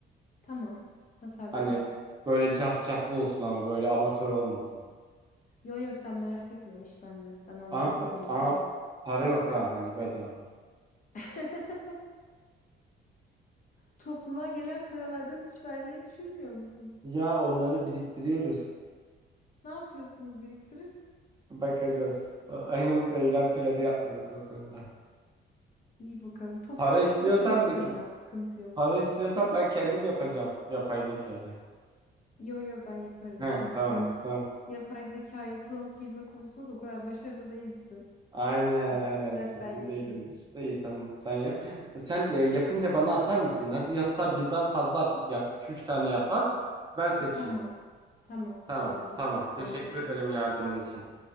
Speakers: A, on the left (about 40°); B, on the right (about 20°).
A: Tamam. Tasarlarım.
B: Hani böyle cafcaflı olsun ama böyle amatör olmasın.
A: Yo yo sen merak etme o iş bende. Ben hazır,
B: Ama,
A: hazırlayacağım.
B: pa- ama para yok ha hani bedava.
A: <laughs> Topluluğa gelen paralardan hiç vermeyi düşünmüyor musun?
B: Ya onları biriktiriyoruz.
A: Ne yapıyorsunuz biriktirip?
B: Bakacağız. A- <laughs> Henüz eylem planı yapmadık o konuda.
A: İyi bakalım. Topluluk
B: Para istiyorsan
A: için çalışırım
B: bir-
A: ya, sıkıntı yok.
B: para istiyorsan ben kendim yapacağım yapay zekayla.
A: Yo yo ben yaparım.
B: He
A: Şimdi
B: tamam
A: sen
B: tamam.
A: yapay zekaya prompt girme konusunda da o kadar başarılı değilsin.
B: Aynen
A: Ben,
B: aynen
A: bırak
B: kesin
A: ben yapayım.
B: değilimdir. İyi tamam sen yap. Sen e, yapınca bana atar mısın? Hadi hatta birden fazla at yap. 2 üç tane yap at. Ben seçeyim.
A: Tamam. Tamam,
B: Tamam
A: oldu.
B: tamam. Teşekkür
A: Anlaştık.
B: ederim yardımın için.